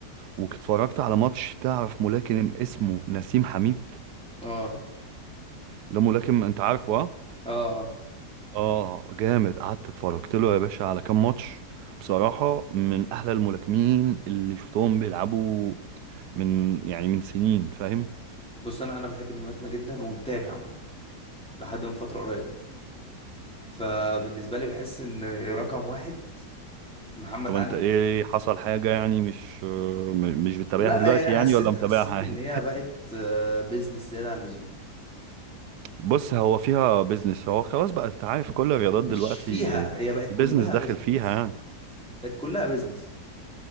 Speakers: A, on the right; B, in the centre.
A: واتفرجت على ماتش تعرف ملاكم اسمه نسيم حميد
B: اه
A: ده ملاكم انت عارفه ها
B: اه آه.
A: اه جامد قعدت اتفرجت له يا باشا على كام ماتش بصراحة من أحلى الملاكمين اللي شفتهم بيلعبوا من يعني من سنين فاهم
B: بص انا انا بحب الملاكمه جدا ومتابع ملاكمه لحد من فتره قريبه فبالنسبه لي بحس ان رقم واحد محمد
A: طب
B: علي
A: انت ايه حصل حاجة يعني مش م- مش بتتابعها
B: لا
A: دلوقتي
B: يعني حسيت
A: يعني ولا متابعها
B: حسيت
A: عادي؟
B: ان هي بقت بيزنس زياده عن اللزوم
A: بص هو فيها بيزنس هو خلاص بقى انت عارف كل الرياضات
B: مش
A: دلوقتي
B: فيها هي بقت
A: البيزنس
B: كلها
A: داخل
B: بيزنس
A: فيها يعني
B: بقت كلها بيزنس